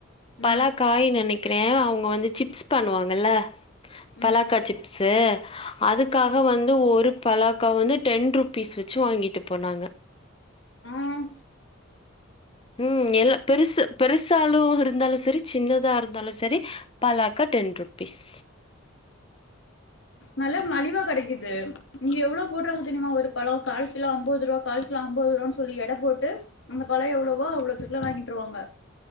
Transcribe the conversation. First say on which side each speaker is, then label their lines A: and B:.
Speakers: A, on the left (about 25°); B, on the left (about 60°).
A: பலா
B: ம்
A: க் காய் நினைக்கிறேன் அவங்க வந்து சிப்ஸ் பண்ணுவாங்கல பலாக்கா
B: ம்
A: சிப்ஸ் சே அதுக்காக வந்து ஒரு பலாக்கா வந்து டென் ருபீஸ் வச்சு வாங்கிட்டு போனாங்க
B: ஆங்
A: ம் எல்ல பெருசு பெருசாலும் இருந்தாலும் சரி சின்னதா இருந்தாலும் சரி பலா க்கா டென் ரூபிஸ்
B: நல்ல மாலிவா கிடக்குது இங்க எவ்ளோ போடுறாங்க தெரியுமா ஒரு பழம் கால் கிலோ ஐம்பது ரூபா கால் கிலோ ஐம்பது ரூபான்னு சொல்லி எட போட்டு அந்த பழோ எவ்வளோவோ அவ்ளோதுக்குல வாங்கிட்டுருவாங்க